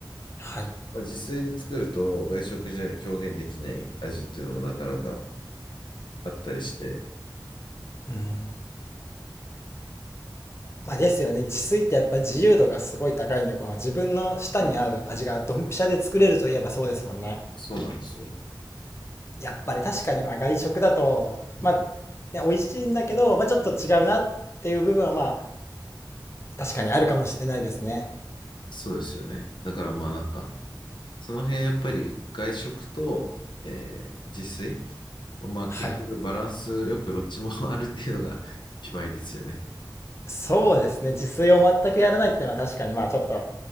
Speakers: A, on the left (about 35°); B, on the left (about 75°).
A: はい。
B: まあ、自炊で作ると外食じゃ表現できない味っていうのもなかなかあったりして、
A: うーん。まあですよね。自炊ってやっぱ自由度がすごい高いんで、この自分の舌に合う味がドンピシャで作れるといえばそうですもんね。
B: はいそうなんですよ。
A: やっぱり確かにまあ外食だと、
B: うん
A: まあ、ね、美味しいんだけど、まあ、ちょっと違うなっていう部分はまあ、確かにあるかもしれないですね。
B: そうですよね。だからまあなんか、その辺はやっぱり外食と、えー自炊、まあ結局バランスよくどっちもあるっていうのが一番いいですよね。
A: はい。そうですね。自炊を全くやらないっていうのは確かにまあちょっと、